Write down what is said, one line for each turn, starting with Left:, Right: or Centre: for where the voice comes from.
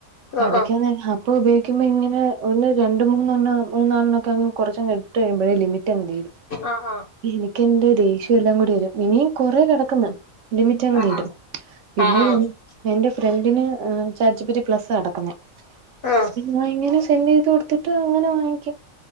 Right: പഠിക്കാനേരം
Left: ആ ആ
Right: അപ്പ ഉപ യോഗിക്കുമ്പോ ങ്ങനെ ഒന്ന്‌, രണ്ട്, മൂന്നെണ്ണം, മന്നെലണ്ണൊക്കെ കൊറച്ചങ് ഇട്ട്ഴിയുമ്പോഴേ ലിമിറ്റങ്ങ് തീരും.
Left: ആഹ് ആഹ്
Right: എനിക്കെന്റെ ദേഷ്യംല്ലാം കൂടി വെരും ഇനീം കൊറേ കെടക്ക്ന്ന്. ലിമിറ്റങ്ങ്
Left: ആ ആ ആ
Right: തീരും പിന്നൊര്
Left: ആ
Right: എന്റെ ഫ്രണ്ടിന് ചാറ്റ് ജീപിറ്റി പ്ലസാ നകടക്കുന്നേ.
Left: ആഹ്
Right: പിന്നങ്ങനെ സെന്റ് ചെയ്ത് കൊട്ത്തിട്ട് അങ്ങനെ വാങ്ങിക്കും.